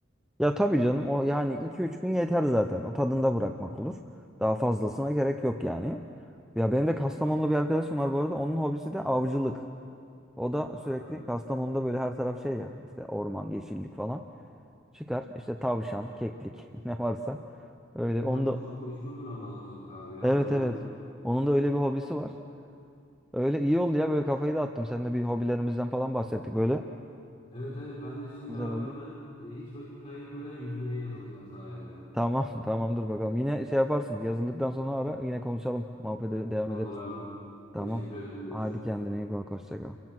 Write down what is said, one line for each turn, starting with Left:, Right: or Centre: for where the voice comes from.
Centre: Ya tabii canım o yani iki üç gün yeter zaten. O tadında bırakmak olur. Daha fazlasına gerek yok yani. Ya benim de Kastamonlu bir arkadaşım var bu arada. Onun hobisi de avcılık. O da sürekli
Left: Abi.
Centre: Kastamonu'da böyle her taraf şey ya işte orman, yeşillik falan. Çıkar işte tavşan, keklik <laughs> ne varsa. Öyle
Left: Bizim
Centre: onun
Left: orada
Centre: da
Left: çok meşhurdur ama avcılık abi ya.
Centre: evet
Left: Doğru
Centre: evet.
Left: diyorsun.
Centre: Onun da öyle bir hobisi var. Öyle iyi oldu ya böyle kafayı dağıttım. Seninle bir hobilerimizden falan bahsettik böyle.
Left: Evet evet ben de şimdi
Centre: Güzel
Left: abi
Centre: oldu.
Left: hemen e, hiç vakit kaybetmeden yüzmeye yazılacağım sayende.
Centre: Tamam, <laughs> tamamdır bakalım. Yine şey yaparsın. Yazıldıktan sonra ara. Yine konuşalım. Muhabbete devam
Left: Tamamdır
Centre: ederiz.
Left: abi.
Centre: Tamam.
Left: Teşekkür ederim. Görüşürüz.
Centre: Hadi kendine iyi bak. Hoşça kal.